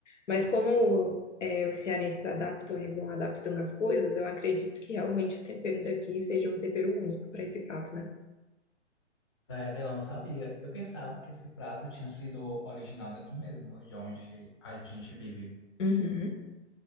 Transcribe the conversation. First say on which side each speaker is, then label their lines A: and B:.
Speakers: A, on the left; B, on the left.
A: Mas como é, os cearenses adaptam e vão adaptando as coisas, eu acredito que realmente o tempero daqui seja um tempero único para esse prato, né?
B: Sério, eu não sabia. Eu pensava que esse prato tinha sido originado aqui mesmo, de onde a gente vive.
A: Uhum.